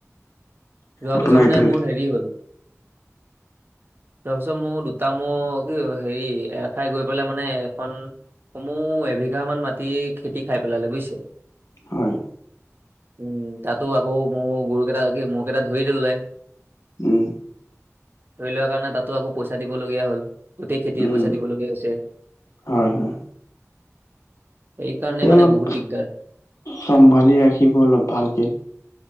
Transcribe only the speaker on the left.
আপোনাৰ
এইফালে
হয়।
উম,
উম
হয় হয়
সেই
অলপ
চম্ভালি ৰাখিব অলপ ভালকে।